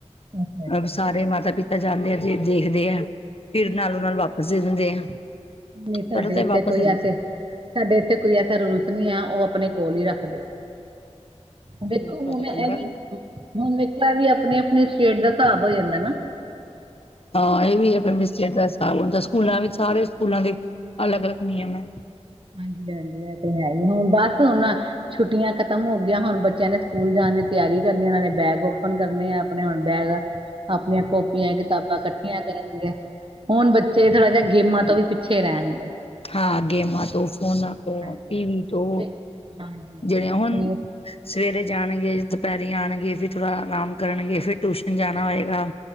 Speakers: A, on the right; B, on the left.
A: ਅੱਛਾ-ਅੱਛਾ
B: ਅਹ,
A: ਹੂੰ,
B: ਸਾਰੇ ਮਾਤਾ ਪਿਤਾ। ਜਾਂਦੇ ਆ ਫਿਰ ਦੇਖਦੇ ਆ, ਫਿਰ ਨਾਲੋਂ ਨਾਲ ਵਾਪਿਸ ਦੇ ਦਿੰਦੇ ਆ।
A: ਨਹੀਂ ਸਾਡੇ
B: ਪਰ ਤੇ
A: ਇੱਥੇ,
B: ਵਾਪਸ
A: ਕੋਈ
B: ਦਿੰਦੇ
A: ਐਸੇ। ਸਾਡੇ ਇੱਥੇ ਕੋਈ ਐਸਾ ਰੂਲਸ ਨਹੀਂ ਹੈ। ਉਹ ਅਪਣੇ ਕੋਲ ਹੀ ਰੱਖਦੇ ਆ। ਦੇਖੋ
B: ਤੁਹਾਡਾ
A: ਹੁਣ
B: ਚੰਗਾ
A: ਏ ਵੀ ਹੁਣ ਦੇਖੋ ਇਹ ਵੀ ਅਪਨੀ-ਅਪਨੀ ਸਟੇਟ ਦਾ ਹਿਸਾਬ ਹੋ ਜਾਂਦਾ ਨਾ।
B: ਹਾਂ ਇਹ ਵੀ ਆ, ਮਿੱਸ ਸਟੇਟਸ। <unintelligible> ਹਾ ਹੁੰਨ ਤਾਂ ਸਕੂਲਾਂ ਵਿੱਚ ਸਾਰੇ ਸਕੂਲਾਂ ਦੇ ਅਲੱਗ-ਅਲੱਗ ਨਿਯਮ ਏ।
A: ਹਾਂਜੀ ਏ ਤੇ ਹੈ ਹੀ ਹੁਨ ਬਸ ਹੁਨ। ਛੁੱਟੀਆਂ ਖਤਮ ਹੋ ਗਈਆਂ ਹੁਣ ਬੱਚਿਆਂ ਨੇ ਸਕੂਲ ਜਾਣ ਦੀ ਤਿਆਰੀ ਕਰਨੀ ਨਾਲੇ ਬੈਗ ਓਪਨ ਕਰਨੇ ਆ। ਅਪਣੇ ਹੁਣ ਬੈਗ ਅਪਨੀਆਂ ਕੋਪੀਆਂ ਕਿਤਾਬਾਂ ਇਕੱਠੀਆਂ ਕਰਨਗੇ। ਹੁਣ ਬੱਚੇ ਥੋੜ੍ਹਾ ਜਿਹਾ ਗੇਮਾਂ ਤੋਂ ਵੀ ਪਿੱਛੇ ਰਹਿਣਗੇ।
B: ਹਾਂ ਗੇਮਾਂ ਤੋਂ ਫੋਨਾਂ ਤੋਂ
A: ਹਾਂਜੀ
B: ਟੀ ਵੀ ਤੋਂ
A: ਵੇ ਹਾਂਜੀ ਹਾਂਜੀ
B: ਜਿਹੜੇ ਆ ਹੁਨ।
A: ਸਵੇਰ
B: ਸਵੇਰੇ ਜਾਣਗੇ, ਦੁਪਹਿਰੀ ਆਣਗੇ ਫਿਰ ਥੋੜਾ ਅਰਾਮ ਕਰਨਗੇ ਫੇਰ ਟਿਊਸ਼ਨ ਜਾਣਾ ਹੋਏਗਾ।